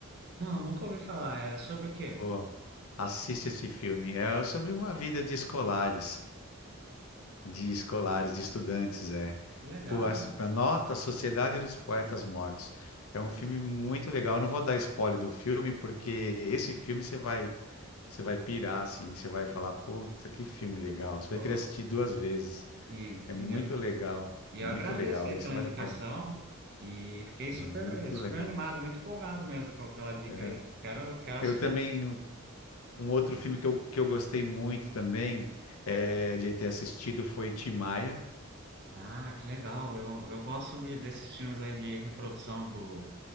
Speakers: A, on the right; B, on the left.
A: Não, nunca ouvi falar. É sobre o quê?
B: Pô, assiste esse filme. É sobre uma vida de escolares, de escolares, de estudantes, é.
A: Que legal.
B: Pô, as- anota a Sociedade dos Poetas Mortos. É um filme muito legal. Eu não vou dar spoiler do filme, porque esse filme você vai Você vai pirar, assim, você vai falar, puta, que filme legal. Você vai
A: Ô,
B: querer assistir duas vezes.
A: e,
B: É muito
A: e, eu,
B: legal,
A: e eu
B: muito
A: agradeço
B: legal.
A: aí
B: Isso
A: pela
B: vale
A: indicação
B: a pena.
A: e fiquei super,
B: É Muito
A: super
B: legal.
A: animado, muito empolgado mesmo com- pela dica
B: É.
A: aí. Quero, quero assistir.
B: Eu também, um um outro filme que eu, que eu gostei muito também é, de ter assistido foi Tim Maia.
A: Ah, que legal. Eu, eu gosto de, desses filmes aí de reprodução do,